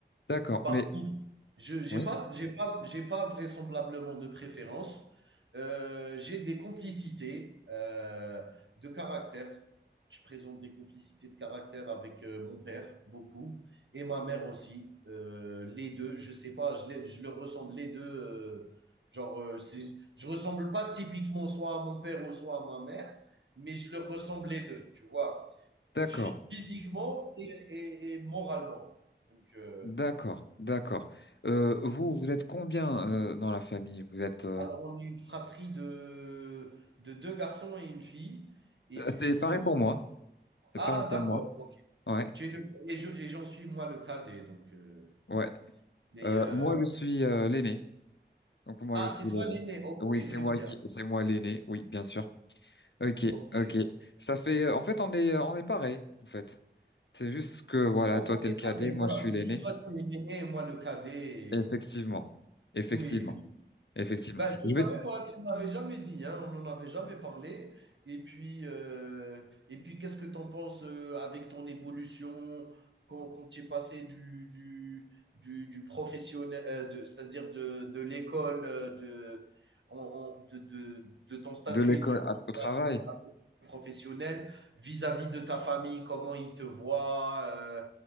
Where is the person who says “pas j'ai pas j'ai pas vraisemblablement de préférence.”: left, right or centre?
Right